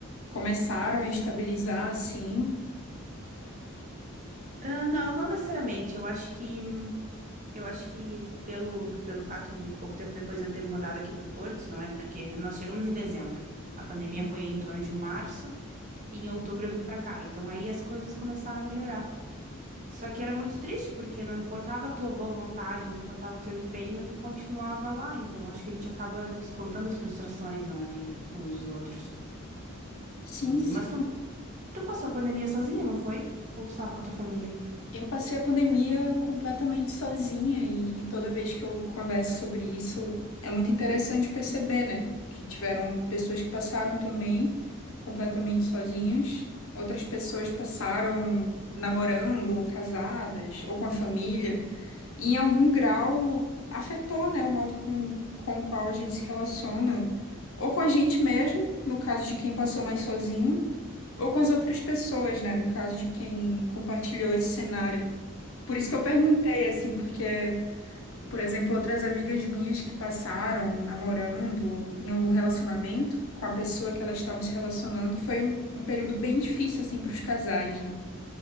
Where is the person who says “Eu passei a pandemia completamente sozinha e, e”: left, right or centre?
Left